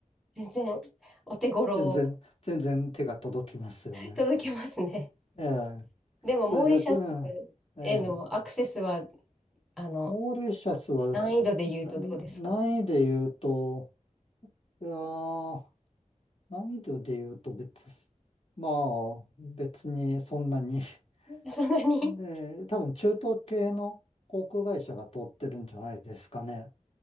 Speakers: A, in the centre; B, on the left.
A: 全然お手頃
B: 全然、全然手が届きますよね。
A: 届きますね。<laughs>
B: ええ。
A: でも、
B: それで、
A: モーリシャス
B: うん、ええ。
A: へのアクセスは、あの、
B: モーリシャスは、
A: 難易度で言うとどうですか
B: な、難易で言うと、いやー、難易度で言うと別、まあ、別にそんなに <laughs>
A: <laughs> そんなに
B: えー多分中東系の航空会社が通ってるんじゃないですかね。